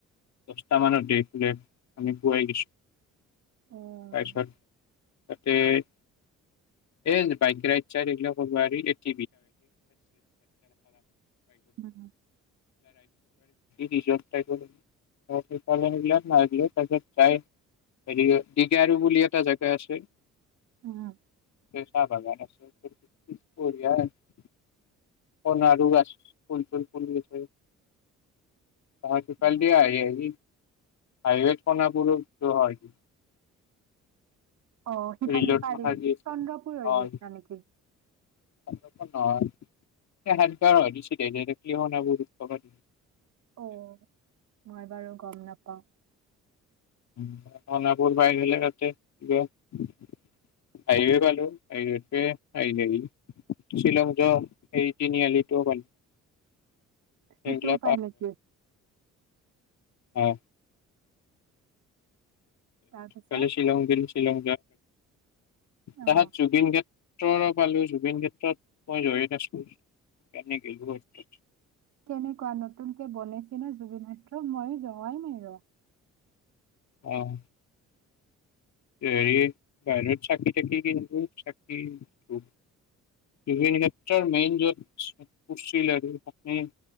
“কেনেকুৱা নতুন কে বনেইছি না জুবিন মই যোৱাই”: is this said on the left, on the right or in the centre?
Right